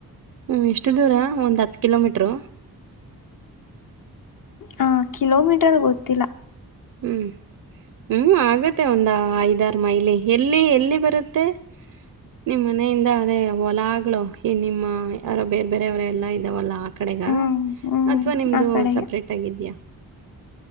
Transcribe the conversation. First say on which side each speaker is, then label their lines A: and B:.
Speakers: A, on the right (about 55°); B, on the left (about 60°).
A: ಹ್ಮ್ ಎಷ್ಟು ದೂರ ಒಂದ್ ಹತ್ತು ಕಿಲೋಮೀಟರು.
B: ಹ ಕಿಲೋಮೀಟರ್ ಗೊತ್ತಿಲ್ಲ.
A: ಹ್ಮ್ ಹ್ಮ್ ಆಗತ್ತೆ ಒಂದ ಐದು ಇದರ್ ಮೈಲಿ ಎಲ್ಲಿ ಎಲ್ಲಿ ಬರುತ್ತೆ ನಿಮ್ಮ್ ಮನೆಯಿಂದ ಅದೇ ಹೊಲಾಗ್ಳು. ಈ ನಿಮ್ಮ ಯಾರೋ ಬೇರೆ ಬೇರೆಯವರೆ ಎಲ್ಲ ಇದ್ದಾವಲ್ಲ ಆ ಕಡೆಗ.
B: ಹ್ಮ್ ಹ್ಮ್
A: ಅಥವಾ ನಿಮ್ದು
B: ಆ ಕಡೆಗೆ
A: ಸಪ್ರೇಟ್ಗಿದ್ಯಾ.